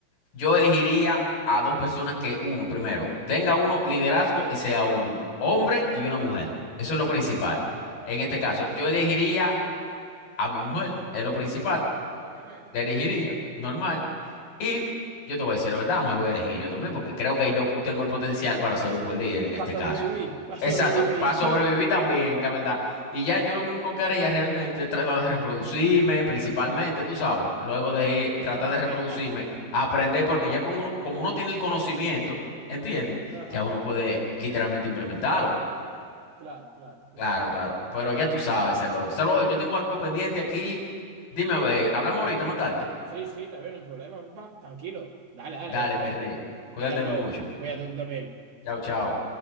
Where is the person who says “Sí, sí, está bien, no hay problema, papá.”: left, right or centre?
Right